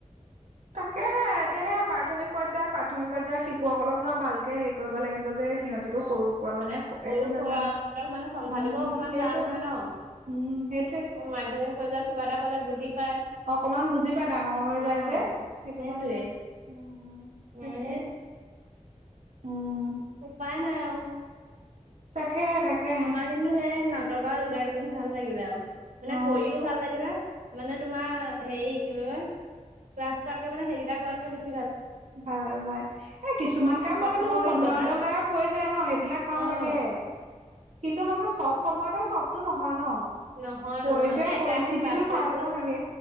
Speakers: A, on the right; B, on the right.
A: তাকে হে এতিয়া সেডয়া প্ৰাথমিক। পৰ্যায়ৰ প্ৰাথমিক পৰ্যায়ৰ শিশুসকলক ধৰা ভালকে হেৰি কৰিব লাগিব যে সিহঁতিটো
B: অ
A: সৰুৰ পৰা মানে
B: সৰু
A: একো
B: সুৰাহঁতক
A: নাজানে
B: মানে চম্ভালিব
A: উম
B: অকমান
A: সেইটোৱে।
B: টান হয় ন
A: উম সেইটোৱে
B: অ <inaudible> কিবা এটা ক'লে বুজি পায়
A: অকমান বুজি পাই ডাঙৰ হৈ
B: অ
A: যায় যে সেইটো
B: সেইটোৱে
A: কাৰণে আৰু আও।
B: উম
A: তাকে।
B: সেই
A: উম
B: উপায় নাই আও।
A: তাকেহে তাকেহে
B: আমাৰ কিন্তু সেই নাটকাৰ যোগা কেইদিন ভাল লাগিলে আৰু মানে
A: অ
B: কৰিও ভাল লাগিলে। মানে তোমাৰ হেৰি কি বুলি কয় ক্লাছ কৰাতকে মানে সেইকেইটা কৰাতকে বেছ
A: ভাল ভাই এ কিছুমান কাম
B: প্ৰথম
A: মানে তোমাৰ
B: অভিজ্ঞতা
A: মনোৰঞ্জনদায়ক হৈ যায় ন সেইবিলাক ভাল
B: অ
A: লাগে।
B: <inaudible>
A: কিন্তু মানে চব সময়তে চবতটো নহয় ন।
B: নহয়
A: পৰিৱেশ
B: নহয় এ একেৰাহে
A: পৰিস্থিতিটো
B: ক্লাছ কৰি
A: চাই
B: থাকিলেও
A: লব লাগে।
B: ভাল